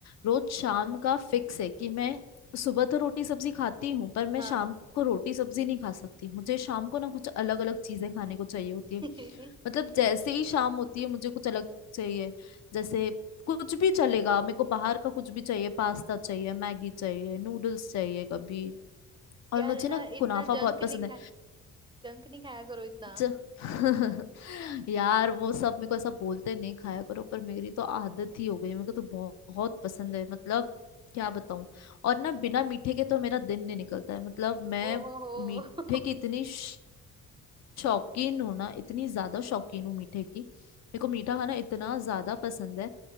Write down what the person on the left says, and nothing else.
रोज शाम का फिक्स है कि मैं सुबह तो रोटी सब्जी खाती हूँ पर मैं
शाम को रोटी सब्जी नहीं खा सकती मुझे शाम को ना कुछ अलग अलग चीजें खाने को चाहिए होती है
मतलब जैसे ही शाम होती है मुझे कुछ अलग चाहिए जैसे कुछ भी चलेगा मेरे को बाहर का कुछ भी चाहिए पास्ता चाहिए मैगी चाहिए नूडल्स चाहिए कभी और
मुझे
ना
कुनाफा
बहुत
पसंद है
ज... <laughs> यार वो सब मेरे को ऐसा बोलते हैं, नहीं खाया करो पर मेरी तो आदत ही हो गई मेरे को तो बहुत, बहुत पसंद है मतलब क्या बताऊं और ना बिना मीठे के तो मेरा दिन नहीं निकलता है मतलब मैं
मीठे की
इतनी श- शौकीन हूँ ना इतनी ज्यादा शौकीन हूँ मीठे की मेरे को मीठा खाना इतना ज्यादा पसंद है